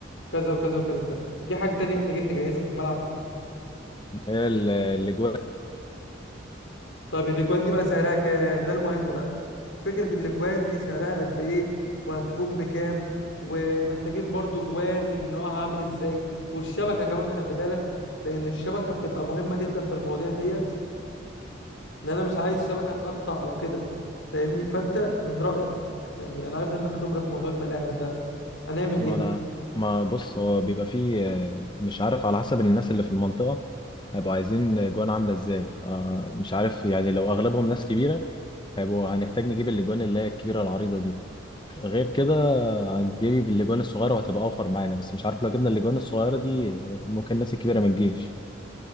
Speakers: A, on the left; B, on the left.
A: كذا وكذا وكذا ده في حاجة تانية محتاجين نجهزها في الملعب
B: هي ال- اللي جوه
A: طيب الاجوان دي بقى سعرها كام ده المهم بقى فكرة الاجوان دي سعرها قد ايه وهتكون بكام ومحتاجين برضو جوان نوعها عامل ازاي والشبكة كمان خلي بالك لان الشبكة بتبقى مهمة جدا في المواضيع ديت لان انا مش عايز شبكة تقطع او كده فاهمني فانت من رأيك يعني انا عارف انك خبرة في موضوع الملاعب ده هنعمل
B: ما
A: ايه
B: انا ما بص هو بيبقى فيه آه، مش عارف على حسب الناس اللي في المنطقة هيبقوا عايزين جوان عاملة ازاي فمش عارف يعني لو اغلبهم ناس كبيرة هيبقوا هنحتاج نجيب الاجوان اللي هي الكبيرة العريضة دي غير كده هنجيب الاجوان الصغيرة وهتبقى اوفر معانا بس مش عارف لو جبنا الاجوان الصغيرة دي آه، ممكن الناس الكبيرة ما تجيش